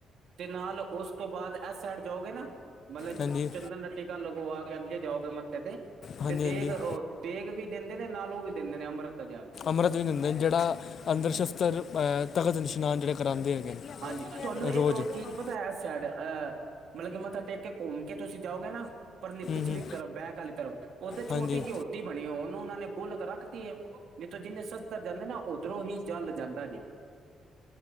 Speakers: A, on the right; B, on the left.
A: ਤੇ ਨਾਲ ਉਸ ਤੋਂ ਬਾਅਦ ਇਸ ਸਾਈਡ ਜਾਓਗੇ ਨਾ ਮਤਲਬ
B: ਹਾਂਜੀ
A: ਚੰਦਨ ਕ ਲ ਆ ਕੇ ਅੱਗੇ ਜਾਓਗੇ ਮੱਥੇ ਤੇ
B: ਹਾਂਜੀ
A: ਤੇ ਦੇਖ
B: ਹਾਂਜੀ
A: ਦੇਗ ਵੀ ਦਿੰਦੇ ਨੇ ਨਾਲੋਂ ਵੀ ਦਿੰਦੇ ਨੇ ਅੰਮ੍ਰਿਤ ਦਾ ਜਾਗ
B: ਅੰਮ੍ਰਿਤ ਨਹੀਂ ਦਿੰਦੇ ਜਿਹੜਾ ਅੰਦਰ ਸ਼ਸਤਰ ਤਖ਼ਤਿਸ਼ਨਾਨਹੇ ਕਰਾਦੇ ਹੈਗੇ ਨੇ
A: ਹਾਂਜੀ ਤੁਹਾਨੂੰ ਇੱਕ
B: ਰੋਜ਼
A: ਉਹ
B: ਹੂੰ
A: ਚੀਜ਼ ਪਤਾ ਹੈ ਐਸ ਸਾਈਡ, ਅਹ ਮਤਲਬ ਕਿ ਮੱਥਾ ਟੇਕ ਕੇ ਘੁੰਮ ਕੇ ਤੁਸੀਂ ਜਾਓਗੇ ਨਾ ਪਰਲੀ ਪਿਛਲੀ
B: ਹੂੰ
A: ਤਰਫ ਬੈਕ ਵਾਲੀ ਤਰਫ। ਓਧਰ ਛੋਟੀ
B: ਹਾਂਜੀ
A: ਜਿਹੀ ਹੋਦੀ ਬਣੀ। ਉਹਨੂੰ ਉਹਨਾ ਨੇ ਗੋਲਕ ਕਰ ਰੱਖ ਜਿੱਧਰ ਜਿੰਨੇ ਸਸਤਾ ਜਾਂਦੇ ਨਾ ਓਧਰੋਂ ਹੀ ਜਲ ਜਾਂਦਾ ਜੇ